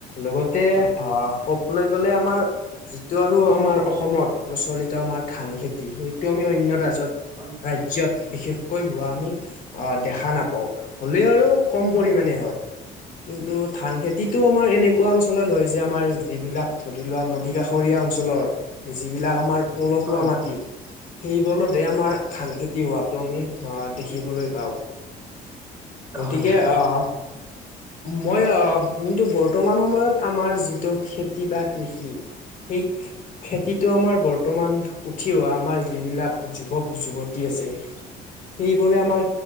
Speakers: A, on the left; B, on the right.
A: লগতে
B: হয়
A: অ
B: হয়
A: ক'বলৈ গ'লে আমাৰ যিটো আৰু আমাৰ অসমত প্ৰচলিত আমাৰ ধান খেতি সেইটো আমি অন্য যত
B: হয়
A: ৰাজ্যত বিশেষকৈ হোৱা আমি আহ দেখা নাপাওঁ হলেও আৰু কম
B: হয়
A: পৰিমাণে হয়। কিন্তু ধান খেতিটো আমাৰ এনেক কোৱা অঞ্চলত হয় যে আমাৰ যিবিলাক ধৰি লোৱা নদী কাষৰীয়া অঞ্চলৰ যিবিলাক আমাৰ পলসুৱা
B: হয় হয়
A: মাটি
B: হয়
A: সেইবল দে আমাৰ ধান খেতি হোৱাটো আমি অ দেখিবলৈ পাওঁ। গতিকে
B: হয়
A: অহ। মই অ কিন্তু বৰ্তমান সময়ত আমাৰ যিটো খেতি বা কৃষি সেই খেতিটো আমাৰ বৰ- ৰ্তমান উঠি অহা আমাৰ যিবিলাক যুৱক যুৱতী আছে। সেইবোৰে আমাৰ